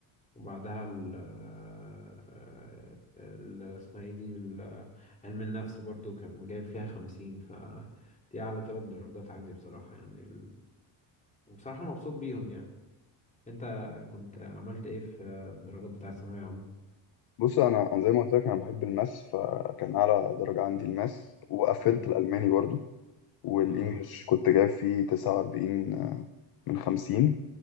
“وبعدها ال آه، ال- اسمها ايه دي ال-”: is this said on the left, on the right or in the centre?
Left